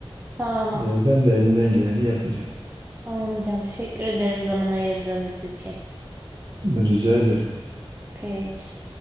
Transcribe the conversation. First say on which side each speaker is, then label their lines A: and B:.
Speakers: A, on the right; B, on the right.
A: Tamam.
B: E, ben de elimden geleni yapacağım.
A: Tamam hocam. Teşekkür ederim zaman ayırdığınız için.
B: Rica ederim.
A: Peki.